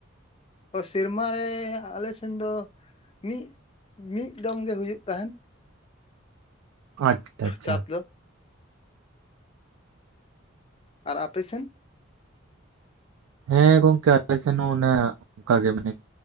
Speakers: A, on the left; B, on the right.
A: ᱚ ᱥᱮᱨᱢᱟ ᱨᱮ ᱟᱞᱮ ᱥᱮᱱ ᱫᱚ ᱢᱤ ᱢᱤᱫ ᱫᱚᱢ ᱜᱮ ᱦᱩᱭᱩᱜ ᱛᱟᱦᱮᱱ,
B: ᱟᱪᱪᱷᱟ ᱟᱪᱪᱷᱟ᱾
A: ᱪᱟᱥ ᱫᱚ ᱟᱨ ᱟᱯᱮ ᱥᱮᱱ?
B: ᱦᱮᱸ ᱜᱚᱝᱠᱮ ᱟᱞᱮ ᱥᱮᱱ ᱦᱚᱸ ᱚᱱᱮ ᱚᱱᱠᱟ ᱜᱮ ᱢᱟᱱᱮ